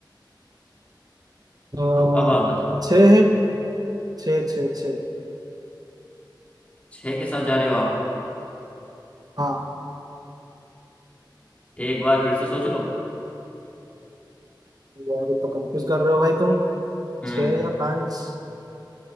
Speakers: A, on the right (about 50°); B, on the left (about 15°).
A: अह,
B: तो अब आप बताओ
A: छः है छः छः छः
B: छः के साथ जा रहे हो आप
A: हाँ
B: एक बार फिर से सोच लो
A: यार ये तो कंफ्यूज कर रहे हो भाई तुम
B: हम्म
A: छः या पाँच